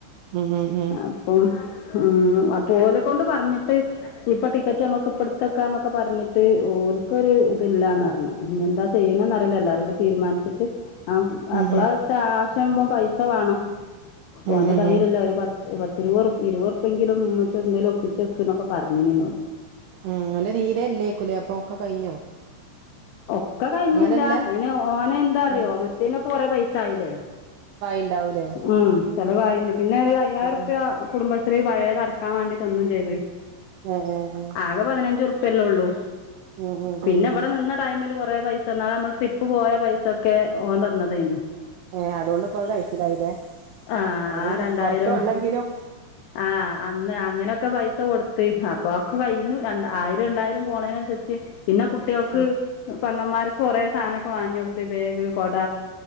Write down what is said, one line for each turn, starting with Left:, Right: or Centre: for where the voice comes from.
Right: അ്ഹ്ഹ്
Left: അപ്പം അ് അപ്പോലെ കൊണ്ട് പറഞ്ഞിട്ട് ഇപ്പൊ ടിക്കറ്റ് ഞമ്മക്ക് ഇപ്പടുത്തെക്കാന്നൊ--ഇപ്പടുത്തെക്കാന്ന് ക്കെ പറഞ്ഞിട്ട് ഓൽക്കൊരു ഇദ് ഇല്ലാന്നറഞ്ഞു ഞി എന്താ ചെയ്യണ് തീരുമാനിച്ചിട്ട് ം
Right: ഉം
Left: അപ്പളാച്ചാ ആവശ്യാവുമ്പോ പൈസ വേണം
Right: ഉം
Left: ഓന്റെ
Right: ഉം
Left: കയ്യിലില്ല
Right: ഉം
Left: ഒരു പത്ത് പത്തിരുപതുർപ്യങ്കിലും മ്മച്ചി എവ്ട്ന്നെങ്കിലുംഒപ്പിച്ചെക്ക്ന്നൊക്ക് പറഞ്ഞീന്നുനോട്
Right: അ് ഓന്റെ തീരെ അല്ലേക്കുല <unintelligible> അപ്പൊ ഒക്കെ കഴിഞ്ഞോ
Left: ഒക്കെ കഴിഞ്ഞില്ല
Right: അങ്ങനല്ല
Left: അയിന്ഓനെന്താറിയോ
Right: ഉം
Left: മറ്റേനൊക്കെ കൊറെ പൈസ ആയില്ലേ?
Right: ണ്ടാവുലെ
Left: ഉം ചെലവായിണ്ട് പിന്നെ ഒരു അയ്യായിരറ്പ്യാ
Right: ഉം
Left: കുടുംബശ്രീ പഴേത് അടക്കാൻ വേണ്ടിട തന്നൂ ചെയ്ത്
Right: ഏഹ് ഏഹ് ഏഹ്
Left: ആകെ പതിനഞ്ചുർപ്പില്ലേള്ളൂ.
Right: ഉം ഉം
Left: പിന്നെ
Right: ഉം
Left: ഇവിടെ നിന്ന കൊറെ പൈസ ന്നാള് നമ്മൾ ട്രിപ്പ് പോയ പൈസക്കെ ഓൻ തന്നതേര്ന്നു
Right: ഏ അതോണ്ട്പ്പോ അത് കയീച്ചിലായില്ലേ
Left: ആ
Right: അതില്
Left: ആ രണ്ടായിരം
Right: കൊറച്ചൊള്ളെങ്കിലും
Left: ആ അന്ന് അങ്ങനൊക്കെ പൈസ കൊടുത്ത്. അപ്പൊ ആക്കെകയ്യിന്ന് രണ്ട ആയിരോ രണ്ടായിരം പോണേനൻസര്ച്ച് പിന്നെ കുട്ടികൾക്ക്
Right: ഉം
Left: പ്പെങ്ങമ്മാർക്ക് കൊറെേ സാധനൊക്കെ വാങ്ങി കൊടുത്ത് ബേഗ് കൊട